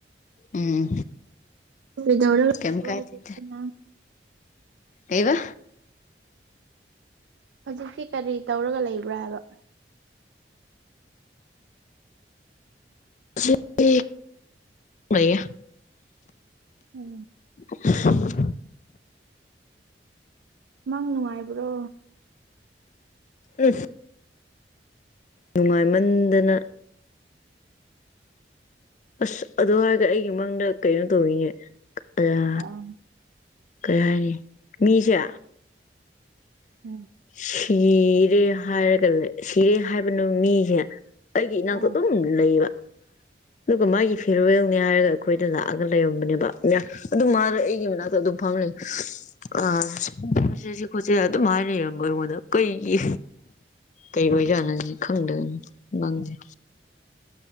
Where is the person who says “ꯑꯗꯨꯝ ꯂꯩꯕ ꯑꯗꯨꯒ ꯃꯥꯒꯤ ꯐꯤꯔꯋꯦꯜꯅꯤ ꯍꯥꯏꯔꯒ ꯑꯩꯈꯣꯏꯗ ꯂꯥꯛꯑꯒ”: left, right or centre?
Left